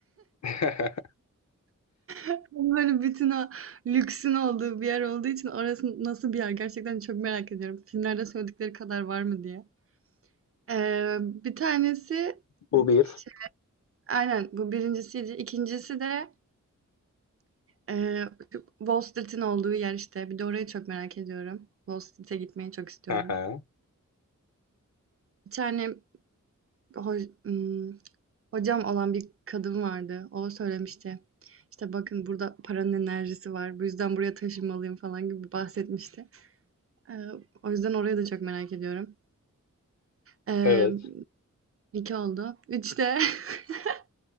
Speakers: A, on the left (about 60°); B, on the right (about 45°).
A: <laughs>
B: Tam böyle bütün o lüksün olduğu bir yer olduğu için orası nasıl bir yer gerçekten çok merak ediyorum. Filmlerde söyledikleri kadar var mı diye. Eee, bir tanesi
A: Bu bir.
B: şey Aynen, bu birincisiydi. 2'ncisi de, eee, şu Wall Street'in olduğu yer, işte. Bir de orayı çok merak ediyorum. Wall Street'e gitmeyi çok istiyorum.
A: Haha.
B: Bir tane ho- ım, hocam olan bir kadın vardı. O söylemişti. İşte bakın burada paranın enerjisi var. Bu yüzden buraya taşınmalıyım falan gibi bahsetmişti. Ee, o yüzden orayı da çok merak ediyorum. Ee,
A: Evet.
B: iki oldu. Üçte, <laughs>